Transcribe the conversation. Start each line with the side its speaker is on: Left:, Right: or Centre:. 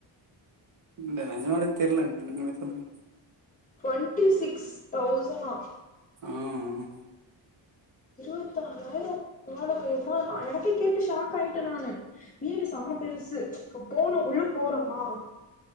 Right: இல்ல நெஜமாலே தெர்லங்க நீங்களே சொல்லுங்க
Left: டொவ்ன்ட்டி சிக்ஸ் தௌசணா
Right: ஆ அ
Left: இருவத்தாறாயிரோ வாழ மயம்மா நா எனக்கே கேட்டு ஷாக் ஆயிட்டே நானு வீடு செம்ம பெருசு இப்பொ போனோ உள்ள போறோமா